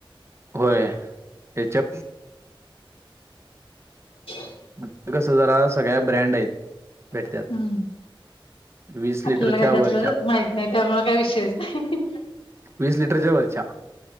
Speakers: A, on the right; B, on the left.
A: होय हेच्या
B: <inaudible>
A: इथं कस जरा सगळ्या ब्रँड आहेत भेटत्यात.
B: हम्म.
A: वीस
B: आपल्याला
A: लिटरच्या
B: काय त्यातलं
A: वरच्या
B: माहित नाही त्यामुळे काही विषयच नाही.
A: वीस लिटरच्या वरच्या